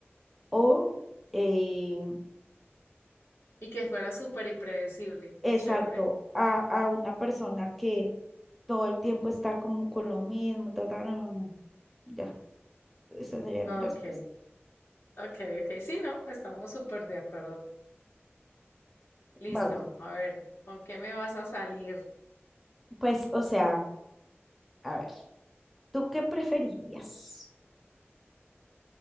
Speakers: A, in the centre; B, on the left.
A: o eh,
B: Y que fuera súper impredecible.
A: exacto,
B: Chévere.
A: a, a una persona que todo el tiempo está como con lo mismo, ta, ta, no, no, no, ya, esa sería
B: Ok,
A: mi respuesta.
B: ok, ok. Sí, no, estamos súper de acuerdo. Listo.
A: Vale,
B: A ver, ¿con qué me vas a salir?
A: pues, o sea, a ver, ¿tú qué preferirías?